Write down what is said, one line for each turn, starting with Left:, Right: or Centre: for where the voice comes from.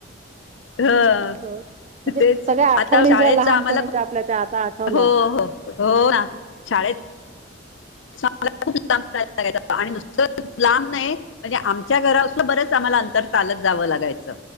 Left: हा
Right: असं म्हणजे
Left: तेच
Right: सगळ्या आठवणी
Left: आता शाळेच
Right: ज्या लहानपणीच्या
Left: आम्हाला
Right: आपल्या त्या आता आठवल्या.
Left: हो हो हो ना शाळेत सो आणि लांब नाही म्हणजे आमच्या घरा असल बरेच आम्हाला अंतर चालत जावं लागायचं